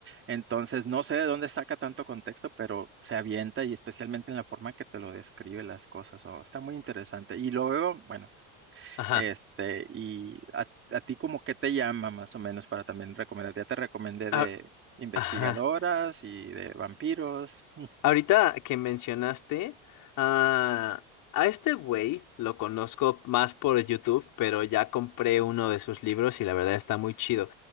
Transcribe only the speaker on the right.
Entonces, no sé de dónde saca tanto contexto, pero se avienta y especialmente en la forma que te lo describe las cosas. oh, está muy interesante. Y luego, bueno.
Este, y a, a ti como qué te llama más o menos para también recomendar. Ya te recomendé
de investigadoras
y de vampiros.